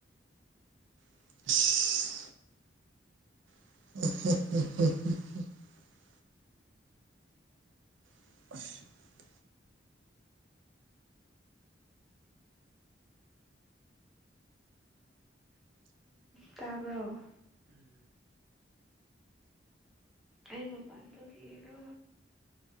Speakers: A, on the right; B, in the centre.
A: <unintelligible> ꯑꯆꯥꯆꯥ <unintelligible>
B: ꯇꯥꯕꯣ ꯑꯩꯕꯄꯥꯟꯗ ꯀꯌꯦꯒꯣ